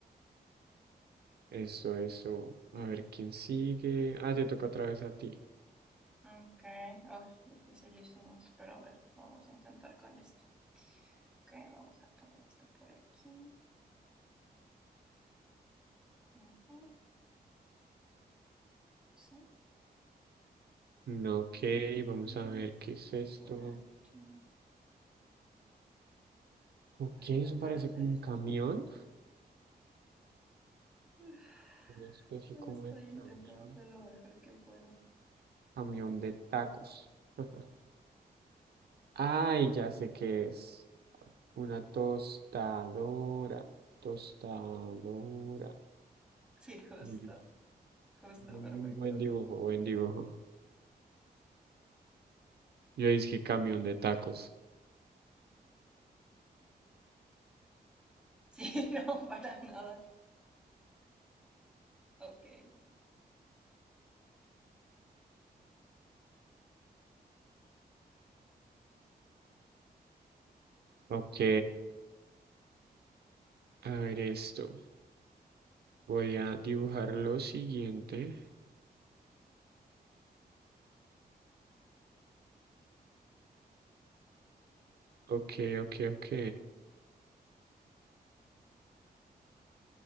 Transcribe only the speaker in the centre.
Ok, oh, dificilísimos, pero a ver, vamos a intentar con este. Ok, vamos a poner esto por aquí. Ujú, Sí.
Y
Por aquí.
Voy a intentar
hacer
esto.
<laughs>
No,
Estoy
intentando
hacer lo mejor que pueda.
Sí, justo.
Justo,
perfecto.
<laughs>
Sí, no, para nada. Ok.